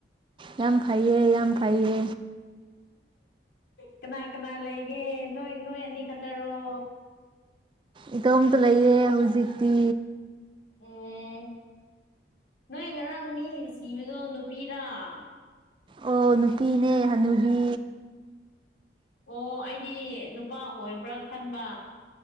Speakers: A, on the right; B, on the left.
A: ꯌꯥꯝ ꯐꯩꯌꯦ ꯌꯥꯝ ꯐꯩꯌꯦ
B: ꯀꯅꯥ ꯀꯅꯥ ꯂꯩꯒꯦ ꯅꯣꯏ ꯅꯣꯏ ꯑꯅꯤ ꯈꯛꯇꯔꯣ
A: ꯏꯇꯣꯝꯇ ꯂꯩꯌꯦ ꯍꯧꯖꯤꯛꯇꯤ
B: ꯑꯣ ꯅꯣꯏ ꯉꯔꯥꯡ ꯃꯤ ꯁꯤꯕꯗꯣ ꯅꯨꯄꯤꯔ ꯥ
A: ꯑꯣ ꯅꯨꯄꯤꯅꯦ ꯍꯅꯨꯕꯤ
B: ꯑꯣ ꯑꯩꯗꯤ ꯅꯨꯄꯥ ꯑꯣꯏꯕ꯭ꯔꯥ ꯈꯟꯕ